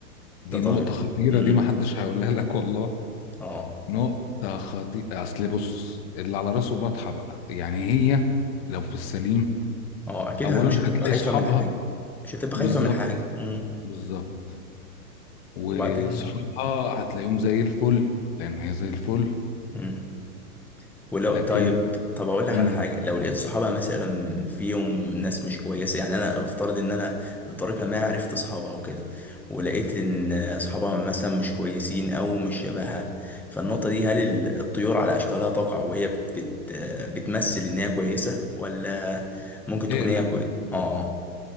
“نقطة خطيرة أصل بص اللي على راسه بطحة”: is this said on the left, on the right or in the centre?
Left